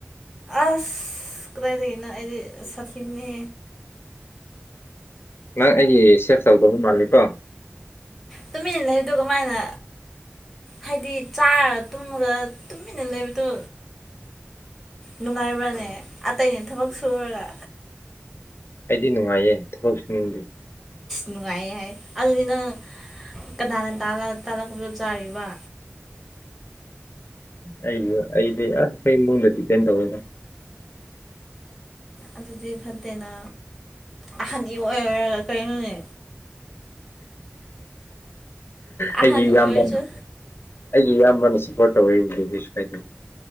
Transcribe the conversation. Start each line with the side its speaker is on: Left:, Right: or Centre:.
Centre: ꯑꯁ ꯀꯗꯥꯏꯗꯒꯤꯅꯣ ꯑꯩꯗꯤ ꯁꯥꯊꯤꯅꯦ
Left: ꯅꯪ ꯑꯩꯒꯤ ꯁꯦꯞ ꯇꯧꯗꯕ ꯃꯥꯜꯂꯤꯀꯣ
Centre: ꯇꯨꯃꯤ ꯂꯩꯗꯨ ꯀꯃꯥꯏꯅ ꯍꯥꯏꯗꯤ ꯆꯥꯔꯒ ꯇꯨꯝꯃꯒ ꯇꯨꯝꯃꯤꯟꯅ ꯂꯩꯕꯗꯣ ꯅꯨꯡꯉꯥꯏꯕ꯭ꯔꯅꯦ ꯑꯇꯩꯅꯦ ꯊꯕꯛ ꯁꯨꯔꯒ
Left: ꯑꯩꯗꯤ ꯅꯨꯡꯉꯥꯏꯌꯦ ꯊꯕꯛ ꯁꯨꯕꯤ
Centre: ꯅꯨꯡꯉꯥꯏ ꯍꯥꯏ ꯑꯗꯨꯗꯨꯅ ꯀꯅꯥꯅ ꯇꯥꯜꯂꯛꯄꯗꯨ ꯆꯥꯔꯤꯕ
Left: ꯑꯩꯁꯨ ꯑꯩꯗꯤ ꯑꯁ ꯑꯩ ꯏꯃꯨꯡꯗ ꯗꯤꯄꯦꯟ ꯇꯧꯋꯦꯅ
Centre: ꯑꯗꯨꯗꯤ ꯐꯠꯇꯦꯅ ꯑꯍꯟꯒꯤ ꯑꯣꯏꯔ ꯑꯣꯏꯔꯒ ꯀꯔꯤꯩꯅꯣꯅꯦ
Left: ꯑꯩꯒꯤ
Centre: ꯑꯍꯟ ꯑꯣꯏꯔꯁꯨ
Left: ꯌꯥꯝꯕ ꯑꯩꯒꯤ ꯏꯌꯥꯝꯕꯅ ꯁꯞꯄꯣꯔꯠ ꯇꯧꯋꯦ ꯁꯗ